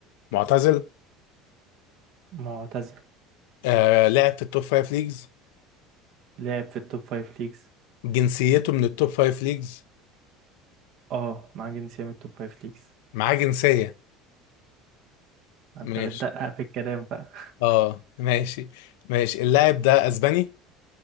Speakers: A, on the left (about 75°); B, on the right (about 60°).
A: معتزل
B: معتزل
A: آه... لعب في التوب فايف ليجز
B: لعب في التوب فايف ليجز
A: جنسيته من التوب فايف ليجز
B: أه مع جنسية من التوب فايف ليجز
A: معاه جنسية
B: أنت
A: ماشي
B: بتدقق في الكلام بقى
A: اه ماشي ماشي اللاعب ده اسباني